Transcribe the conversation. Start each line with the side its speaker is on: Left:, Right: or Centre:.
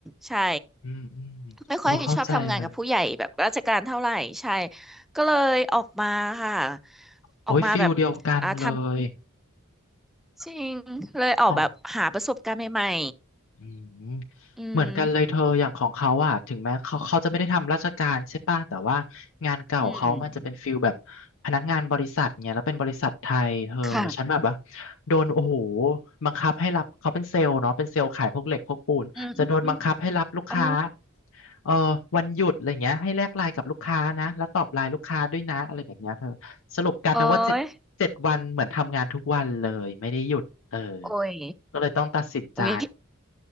Centre: ใช่
Left: อืมอืมโอ้เข้าใจเลย
Centre: ไม่ค่อยชอบทำงานกับผู้ใหญ่แบบราชการเท่าไหร่ใช่ก็เลยออกมาค่ะ
Left: โอ้ยฟิลเดียวกันเลย
Centre: ออกมาแบบอ่าทำจริงเลยออกแบบหาประสบการณ์ใหม่
Left: ของ อืม
Centre: ๆอืม
Left: เหมือนกันเลยเธออย่างของเขาอ่ะถึงแม้เขาเขาจะไม่ได้ทำราชการใช่ป่ะแต่ว่างานเก่าเขามันจะเป็นฟิลแบบ
Centre: อืม
Left: พนักงานบริษัทเนี่ยแล้วเป็นบริษัทไทยเธอฉันแบบว่า
Centre: ค่ะ
Left: โดนโอ้โหบังคับให้รับเขาเป็นเซลล์เนาะเป็นเซลล์ขายพวกเหล็กพวกปูนจะโดนบังคับให้รับลูกค้า
Centre: อืมอืมอมอ๋อ
Left: เอ่อวันหยุดอะไรเงี้ยให้แลกไลน์กับลูกค้านะแล้วตอบไลน์ลูกค้าด้วยนะอะไรแบบเนี้ยเธอสรุปกลายเป็นว่าเจ็ดเจ็ดวันเหมือนทำงานทุกวันเลยไม่ได้หยุดเออ
Centre: โอ้ยโอ้ย
Left: ก็เลยต้องตัดสินใจ
Centre: โอ้ย